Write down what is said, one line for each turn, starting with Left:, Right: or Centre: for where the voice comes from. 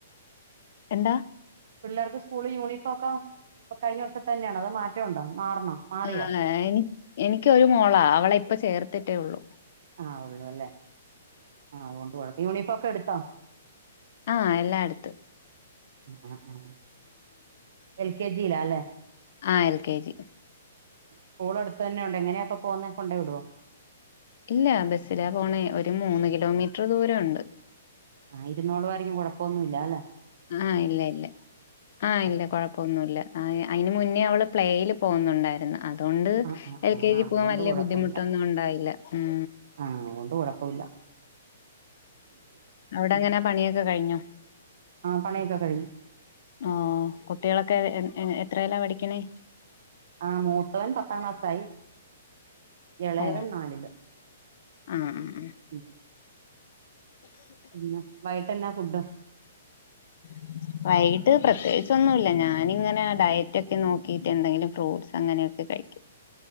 Left: എന്താ?
Right: പിള്ളേർക്ക് സ്കൂള് യൂണിഫോംക്കെ ഇപ്പൊ കഴിഞ്ഞ വർഷതന്നെയണോ അതൊ മാറ്റം ഉണ്ടോ? മാറണോ മാറിയോ?
Left: ആഹ് എനി എനിക്കൊരു മോളാ അവളിപ്പ ചേർത്തിട്ടേ ഉള്ളു.
Right: ആ ഉള്ളൂ ല്ലേ ആ അതുകൊണ്ട് കുഴപ്പം യൂണിഫോക്കെ എടുത്തോ?
Left: ആ എല്ലായിടത്ത്
Right: അ ആ എൽ കെ ജിയിലാ ല്ലേ?
Left: ആ എൽ കെ ജി
Right: സ്കൂള് അടുത്ത് തന്നെ ഉണ്ടോ എങ്ങനെയൊക്കെ പോകുന്നേ കൊണ്ട് വിടോ
Left: ഇല്ല ബസിലാ പോണേ ഒരു മൂന്ന് കിലോമീറ്റർ ദൂരുണ്ട്
Right: ആ ഇരുന്നൂളു വാരെങ്കും കുഴപ്പമൊന്നു ഇല്ല ല്ലെ
Left: ആ ഇല്ല ഇല്ല ആ ഇല്ല
Right: ആഹ്
Left: കൊഴപ്പൊന്നുല്ല ആ അയിന് മുന്നേ അവള് പ്ലേൽ പോകുന്നുണ്ടായിരുന്നു അ അതുകൊണ്ട്
Right: ആഹ് ആഹ്
Left: എൽ കെ
Right: ആഹ്
Left: ജി
Right: അതുകൊണ്ട്
Left: പോകവാൻ വലിയ
Right: കുഴപ്പമില്ല
Left: ബുദ്ധിമുട്ടൊന്നും ഉണ്ടായില്ല ഉം
Right: ആഹ് അതുകൊണ്ട് കുഴപ്പമില്ല
Left: അവിടെ
Right: ഉം
Left: എങ്ങനെ പണിയൊക്കെ കഴിഞ്ഞോ
Right: ആഹ് പണിയൊക്കെ കഴിഞ്ഞു
Left: ഓ കുട്ടികളൊക്കെ എ എ എത്രെലാ പഠിക് ക്ക്ണേ
Right: ആ മൂത്തവൻ പത്താം ക്ലാസ്സായി ഇളയവൻ
Left: ഓ
Right: നാലില്
Left: ആ ഉം
Right: ഉം പിന്നെ വൈട്ടന്നാ ഫുഡ്
Left: ഉ <unintelligible> വൈകിട്ട് പ്രത്യേകിച്ച ഒന്നുമല്ല ഞാനിങ്ങനെ ആ ഡയറ്റ ഒക്കെ നോക്കിട്ട് എന്തെങ്കിലും ഫ്രൂട്ട്സ് അങ്ങനെയൊക്കെ കഴിക്കും <unintelligible>